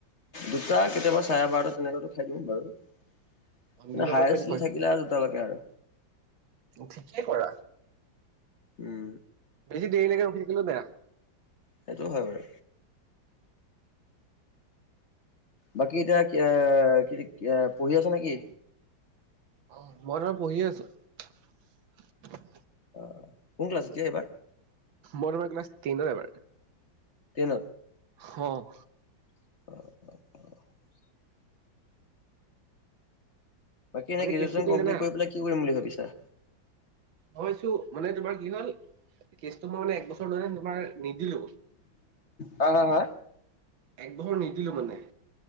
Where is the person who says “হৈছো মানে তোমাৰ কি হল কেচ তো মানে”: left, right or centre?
Right